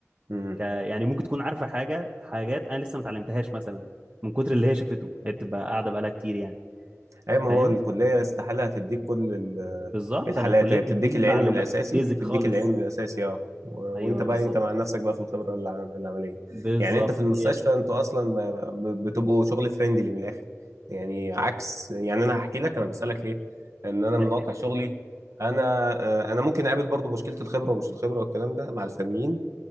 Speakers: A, on the right; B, on the right.
A: إمم.
B: ك... يعني ممكن تكون عارفه حاجه حاجات انا لسه ما اتعلمتهاش مثلا من كتر اللي هي شافته هي بتبقى قاعده بقالها كتير يعني
A: اي ما
B: فاهم
A: هو الكليه استحاله هتديك كل ال-
B: بالظبط
A: الحالات
B: انا الكليه
A: هي
B: بتديني
A: بتديك العلم
B: معلومات
A: الاساسي
B: بيزك
A: بتديك
B: خالص
A: العلم الاساسي اه و-
B: ايوه
A: وانت بقى
B: بالظبط
A: انت مع نفسك بقى في الخبره الع- العمليه
B: بالظبط
A: يعني انت في المستشفى
B: هي ال-
A: انتوا اصلا ما- ب- بتبقوا شغل فريندلي من الاخر يعني عكس يعني انا هحكي لك انا بسالك ليه ان انا من
B: الحكايه
A: واقع شغلي انا آه، انا ممكن اقابل برضو مشكله الخبره ومش الخبره والكلام ده مع الفنيين